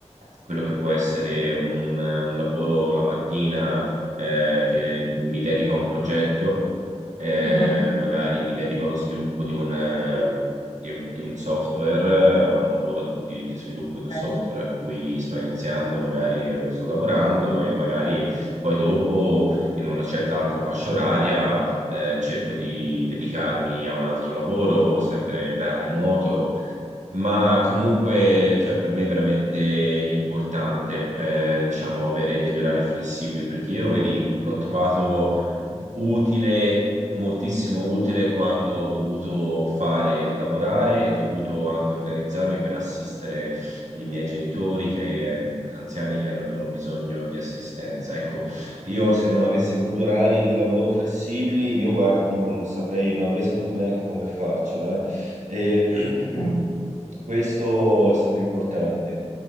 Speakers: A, on the right (about 80°); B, on the left (about 50°).
A: quello che può essere un, un lavoro la mattina eh, che mi dedico a un progetto eh,
B: Mhm.
A: magari mi dedico allo sviluppo di un, eh, di un- di un software, eh, a un lavoro di, di- di sviluppo di un
B: Ok.
A: software a cui sto iniziando, magari eh, sto lavorando e magari poi dopo in una certa altra fascia oraria eh, cerco di dedicarmi a un altro lavoro, sempre da remoto. Ma comunque, cioè, per me è veramente importante, eh, diciamo, avere degli orari flessibili perché io, vedi, l'ho trovato utile, moltissimo utile quando ho dovuto fare lavorare e dovuto anche organizzarmi per assistere i miei genitori che, ehm, anziani che avevano bisogno di assistenza. Ecco, io se non avessi avuto orari di lavoro flessibili, io guarda, ti dico, non saprei, non avrei saputo neanche come farcela. eh. E
B: Mm.
A: <clears throat> questo è stato importante.